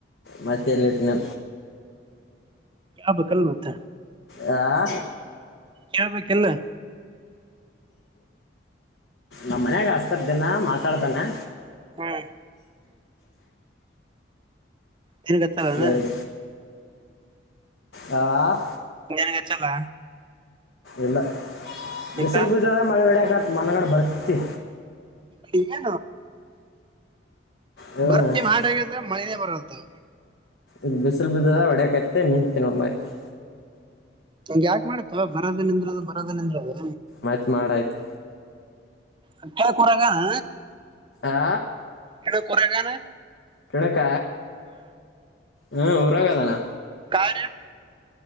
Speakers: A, on the left; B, on the right.
A: ಮತ್ತೆಲ್ಲಿಟನ
B: ಅಬ್ ಕಲ್ ಮತ್ತ
A: ಆ
B: ಕೇಳ್ಬೇಕಿಲ್ಲ
A: ನಮ್ಮ ಮನ್ಯಾಗ ಹಸ್ತರ್್ದಿನ ಮಾತಾಡ್ತೇಾನ
B: ಹ್ಮ್ ತಿಿನ ಕತ್ತಲ್ಲ
A: ಹೇಳಿ ಆ
B: ನನ್ಗೆಚ್ಚಲ್ಲ
A: ಇಲ್ಲ ಬಿಸಲುಗಜದ
B: ಈಗ
A: ಮಳೆ ಬೆಳಕತ್ ಮನಗಡೆ ಬರ್ತತಿ
B: ನ
A: ಹ್ಞೂ
B: ಬರ್ತ ಮಾಡಗಿದ್ರೆ ಮಳನೇ ಬರದು
A: ಇ ಬಿಸಿಲ್ ಬಿದದ ಒಡಕೈತೆ ನಿಂತ ನೋಡ ಮತಿ
B: ಹಂಗ್ ಯಾಕಕ್ ಮಾಡತ ಬರದದು ನಿಂದ್ರದದು ಬರದದು ನಿಂದ್ರದು
A: ಮತ್ ಮಾಡಾಯ್ತು
B: ಅ ಕೆ ಕೊರಗ ಹ
A: ಆ
B: ಎನ ಕೊರಗಾನ
A: ಕೆಳಕ ಹ್ಮ ಊರಾಗದಾನ
B: ಕಾರಾರ